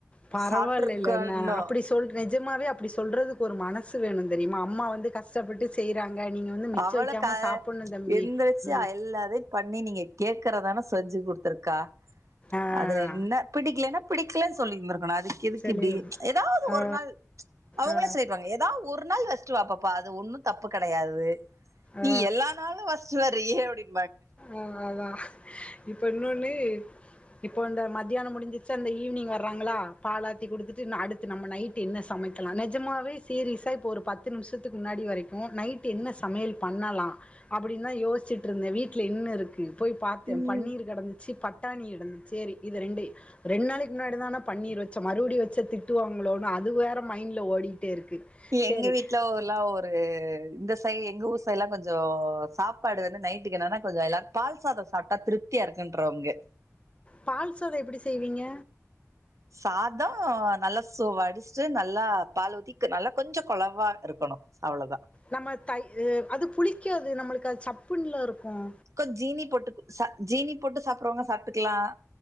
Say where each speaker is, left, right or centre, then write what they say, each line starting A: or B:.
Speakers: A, on the left (about 20°); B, on the right (about 70°).
A: பரவால்ல
B: சாப்ட்ருக்கணு
A: இல்லைல அண்ண அப்டி ஸ் சொல் நிஜமாவே அப்டி சொல்றதுக்கு ஒரு மனசு வேணு தெரியுமா அம்மா வந்து கஷ்டப்பட்டு செய்றாங்க நீங்க வந்து மிச்ச
B: அவளு
A: வெக்காம
B: க
A: சாப்புணு தம்பி
B: எந்திரிச்சு
A: ம்
B: எல்லாதையு பண்ணி நீங்க கேக்குறதான செஞ்சு குடுத்துருக்கா
A: ஆ
B: அதுல என்ன பிடிக்கலேனா பிடிக்லேன் சொல்லிருந்திருக்கணு அதுக்கு எதுக்கு
A: சொல்லிருங்க
B: இப்டி எதாவ்து
A: ஆ
B: ஒரு நாள் அவுங்களே
A: ஆ
B: சொல்லிருவாங்க எதா ஒரு நாள் வெச்சிட்டு வா பாப்பா அது ஒன்னு தப்பு கெடையாது நீ
A: ஆ
B: எல்லா நாளு வச்சிட்டு வரீயே அப்டின்
A: ஆ அதா இப்ப இன்னொன்னு இப்போ இந்த மத்தியானோ முடிஞ்சிச்சா அந்த ஈவினிங் வர்றாங்ளா பாலாத்தி குடுத்துட்டு இன்னு அடு த்து நம்ம நைட் என்ன சமைக்கலா நெஜமாவே சீரிஸா இப்ப ஒரு பத்து நிமிசத்துக்கு முன்னாடி வரைக்கு நைட் டு என்ன சமையல் பண்ணலா அப்டின் தா யோஸ்சிட்டு இருந்தே வீட்ல என்ன இருக்கு போய் பாத்தே
B: ம்
A: பன்னீர் கெடந்துச்சி பட்டாணி இருந்துச்சி சேரி இத ரெண்டு ரெண் நாளைக்கு முன்னாடி தா நா பன்னீர் வெச்சே மறுவுடி வெச்சா திட்டுவாங்களோனு அது வேற மைண்ல ஓடிட்டே இருக்கு
B: எங்க
A: சேரி
B: வீட்ல ஒருல்லா ஒரு இந்த சை எங்க ஊர் சைடுல்லா கொஞ்சோ சாப்பாடு வந்து நைட் டுக்கு என்னனா கொஞ்சோ எல்லாரு பால் சாதோ சாப்டா திருப்தியா இருக்குன்ருவாங்க
A: பால்சோறு எப்பிடி செய்வீங்க
B: சாதோ நல்லா சோ வடிச்சிட்டு நல்லா பால் ஊத்தி நல்லா கொஞ்சோ கொழவா இருக்கணு அவ்ளோதா
A: நம்ம தை அ அது புளிக்காது நம்முளுக்கு அது சப்புன்ல இருக்குன்
B: கொஞ் ஜீனி போட்டு ச ஜீனி போட்டு சாப்புடுறவுங்க சாப்புட்டுக்லா